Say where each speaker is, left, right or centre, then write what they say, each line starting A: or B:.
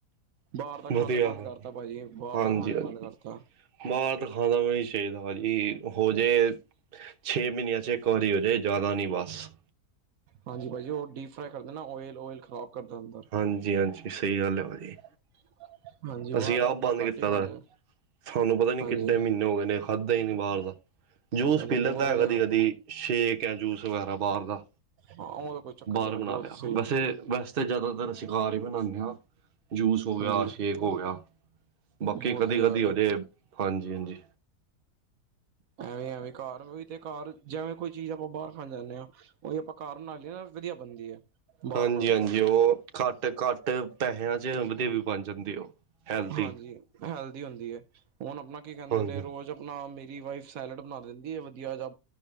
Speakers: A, on the right; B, on the right.
A: ਬਾਹਰ ਦਾ ਖਾਣੇ
B: ਵਧੀਆ
A: ਹੀ ਬੰਦ ਕਰਤਾ ਭਾਜੀ ਬਾਹਰ ਦਾ
B: ਹਾਂਜੀ-
A: ਖਾਣਾ
B: ਹਾਂਜੀ
A: ਬੰਦ ਕਰਤਾ
B: ਬਾਹਰ ਤਾਂ ਖਾਣਾ ਵੀ ਨਹੀਂ ਚਾਹੀਦਾ ਭਾਜੀ ਹੋ ਜੇ ਛੇ ਮਹੀਨਿਆਂ ਚ ਇੱਕ ਵਾਰੀ ਹੋ ਜਾਏ ਜਾਦਾ ਨਹੀਂ ਬਸ।
A: ਹਾਂਜੀ ਭਾਜੀ ਉਹ ਡੀਪ ਫਰਾਈ ਕਰਦੇ ਨਾ ਓਇਲ -ਓਇਲ ਖ਼ਰਾਬ ਕਰਦਾ ਅੰਦਰ
B: ਹਾਂਜੀ -ਹਾਂਜੀ ਸਹੀ ਗੱਲ ਹੈ ਭਾਜੀ।
A: <unintelligible> ਬਾਹਰ
B: ਅਸੀਂ ਆਪ
A: ਦਾ ਆਪਣਾ
B: ਬੰਦ ਕੀਤਾ
A: ਘੱਟ ਹੀ ਖਾਣਾ
B: ਦਾ ਤੁਹਾਨੂੰ ਪਤਾ ਨੀ
A: ਹਾਂਜੀ
B: ਕਿੱਡੇ ਮਹੀਨੇ ਹੋ ਗਏ ਨੇ ਖਾਧਾ ਹੀ ਨੀ ਬਾਹਰ ਦਾ। ਜੂਸ
A: ਚਲੋ
B: ਪੀ ਲੈਂਦਾ
A: ਬਹੁਤ ਵਧੀਆ
B: ਹੈ ਕਦੀ
A: ਗੱਲ
B: ਕਦੀ ਸ਼ੇਕ ਹੈ ਜੂਸ ਵਗੈਰਾ ਬਾਹਰ ਦਾ।
A: ਹਾਂ ਉਹ ਤਾਂ ਕੋਈ ਚੱਕਰ
B: ਬਾਹਰ
A: ਨਹੀਂ ਭਾਜੀ
B: ਬਣਾ
A: ਉਹ
B: ਲਿਆ
A: ਤਾਂ ਸਹੀ
B: ਵੈਸੇ
A: ਹੈ
B: -ਵੈਸੇ ਤਾਂ ਜ਼ਿਆਦਾ ਅਸੀਂ ਘਰ ਹੀ ਬਨਾਨੇ ਆਂ, ਜੂਸ ਹੋ ਗਿਆ
A: ਹਾਂਜੀ
B: ਸ਼ੇਕ ਹੋ ਗਿਆ। ਬਾਕੀ
A: ਬਹੁਤ
B: ਕਦੀ
A: ਵਧੀਆ
B: ਕਦੀ
A: ਗੱਲ
B: ਹੋਜੇ
A: ਹੈ
B: ਹਾਂਜੀ- ਹਾਂਜੀ।
A: ਐਵੇਂ ਐਵੇਂ ਘਰ ਵੀ ਤੇ ਘਰ ਜਿਵੇਂ ਕੋਈ ਚੀਜ਼ ਆਪਾਂ ਬਾਹਰ ਖਾਣ ਜਾਂਦੇ ਹਾਂ, ਉਹੀ ਆਪਾਂ ਘਰ ਬਣਾ ਲਏ ਨਾ ਵਧੀਆ ਬਣਦੀ ਹੈ। ਬਾਹਰ
B: ਹਾਂਜੀ
A: ਨਾਲੋਂ
B: -ਹਾਂਜੀ ਉਹ ਘੱਟ- ਘੱਟ ਪੈਸਿਆਂ ਚ ਵਧੀਆ ਬਣ ਜਾਂਦੀ ਉਹ ਹੈਲਦੀ
A: ਹਾਂਜੀ ਹੈਲਦੀ ਹੁੰਦੀ ਹੈ ਹੁਣ ਆਪਣਾ ਕੀ ਕਹਿੰਦੇ
B: ਹਾਂਜੀ
A: ਨੇ ਰੋਜ਼ ਆਪਣਾ ਮੇ ਮੇਰੀ ਵਾਈਫ ਸੈਲਡ ਬਣਾ ਦਿੰਦੀ ਹੈ ਵਧੀਆ ਜਾ।